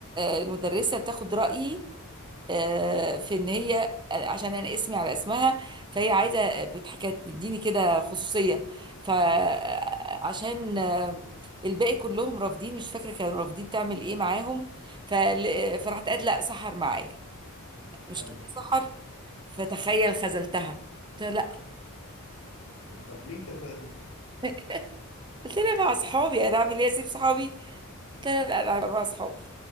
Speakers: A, on the right; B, on the left.
A: آه، المدرسة بتاخد رأيي آه، في إن هي آه، عشان أنا اسمي على اسمها فهي عايزة بتح- كانت بتديني كده خصوصية فعشان الباقي كلهم رافضين مش فاكرة كانوا رافضين تعمل إيه معاهم فل- فرحت قالت لأ سحر معايا مش
B: حلو
A: كده سحر فتخيل خذلتها قلت لها
B: طب ليه كده
A: لأ قلت لها مع أصحابي أنا أعمل إيه أسيب صحابي لا لا لا انا هبقى مع اصحابي